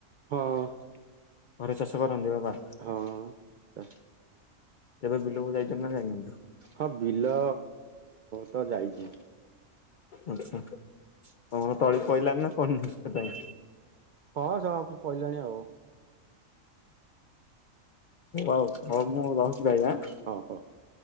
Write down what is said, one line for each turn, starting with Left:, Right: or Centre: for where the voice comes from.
Right: ହଁ
Left: ଘରେ ଚାଷ କରନ୍ତି ବାବା?
Right: ହଁ
Left: କେବେ ବିଲକୁ ଯାଇଛନ୍ତି ନା ଯାଇନାହାନ୍ତି?
Right: ହଁ ବିଲ ତ ଯାଇଚି।
Left: ଆଚ୍ଛା, ତମର ତଳି ପଇଲାନି ନା ପଡ଼ିନେଇ <unintelligible>
Right: ହଁ ସ ପଇଲାଣି ଆଉ।
Left: ଅଉ, ହଉ ମୁଁ ରହୁଛି ଭାଇ ଆଁ।
Right: ହଉ ହଉ।